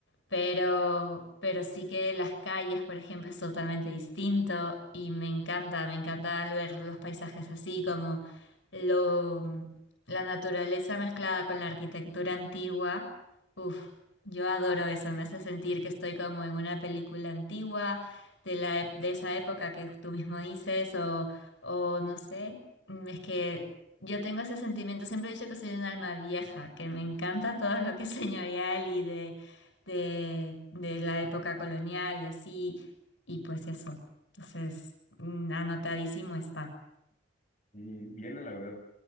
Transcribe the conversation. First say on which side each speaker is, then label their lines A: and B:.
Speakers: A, on the left (about 85°); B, on the left (about 40°).
A: Pero, pero sí que las calles, por ejemplo, es totalmente distinto y me encanta, me encanta al ver los paisajes así, como lo, la naturaleza mezclada con la arquitectura antigua. Uf, yo adoro eso, me hace sentir que estoy como en una película antigua de la, ep- de esa época que tú mismo dices o, o no sé, mm, es que yo tengo ese sentimiento, siempre he dicho que soy un alma vieja, que me encanta todo lo que es señorial y de de, de la época colonial y así, y pues eso. Entonces, mm, anotadísimo está.
B: Y viene, la verdad,